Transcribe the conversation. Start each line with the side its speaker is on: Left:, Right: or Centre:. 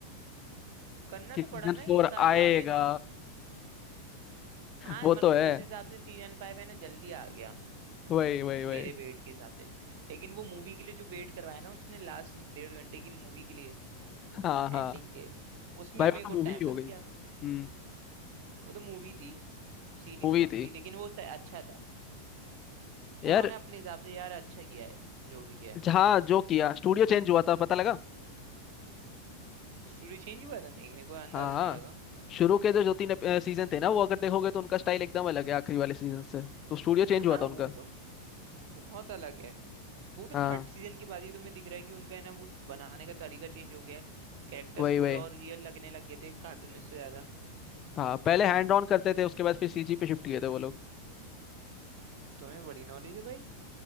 Right: करना
Left: कि सीजन
Right: तो पड़ा ना
Left: फोर
Right: एक साल
Left: आएगा
Right: तो आगे ना हाँ
Left: वो
Right: मतलब
Left: तो है
Right: उस हिसाब से सीजन फाइव है ना जल्दी आ गया
Left: वही वही वही
Right: मेरे वेट के हिसाब से लेकिन वो मूवी के लिए जो वेट करवाया ना उसने लास्ट डेढ़ घंटे की मूवी के लिए
Left: हाँ हाँ
Right: एंडिंग के उसमें
Left: भाई
Right: मेरे
Left: वो तो
Right: को
Left: मूवी
Right: टाइम
Left: हो
Right: लग
Left: गई
Right: गया
Left: हम्म
Right: वो तो मूवी थी सीरीज
Left: मूवी
Right: कम
Left: थी
Right: थी लेकिन वो स- अच्छा था
Left: यार
Right: उन्होंने अपने हिसाब से यार अच्छा किया है जो भी किया है
Left: जहाँ जो किया स्टूडियो चेंज हुआ था पता लगा
Right: स्टोरी चेंज हुआ था नहीं मेरे को अंदाजा
Left: हाँ हाँ
Right: नहीं लगा
Left: शुरू के जो जो तीन सीजन थे ना वो अगर देखोगे तो उनका स्टाइल एकदम अलग है आखिरी वाले सीजन से तो स्टूडियो चेंज हुआ
Right: हाँ
Left: था उनका
Right: वो तो बहुत अलग है तो वो तो
Left: हाँ
Right: थर्ड सीजन के बाद ही तुम्हें दिख रहा है कि उनका है ना वो बनाने का तरीका चेंज हो गया है कैरेक्टर्स
Left: वही
Right: थोड़े
Left: वही
Right: और रियल लगने लग गए थे कार्टूनिस्ट से ज्यादा
Left: हाँ पहले हैंड ऑन करते थे उसके बाद फिर सीजी पे शिफ्ट किए थे वो लोग
Right: तुम्हें बड़ी नॉलेज है भाई